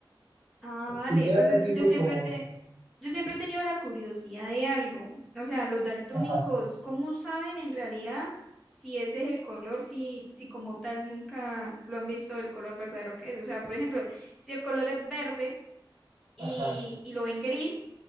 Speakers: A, in the centre; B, on the right.
A: Ah, vale.
B: Y ya
A: O sea,
B: así
A: es
B: fue
A: yo siempre
B: como,
A: te, Yo siempre he tenido la curiosidad de algo. O sea, los daltónicos,
B: ajá,
A: ¿cómo saben en realidad si ese es el color, si, si como tal nunca lo han visto el color verdadero que es? O sea, por ejemplo, si el color es verde y,
B: ajá.
A: y lo ven gris,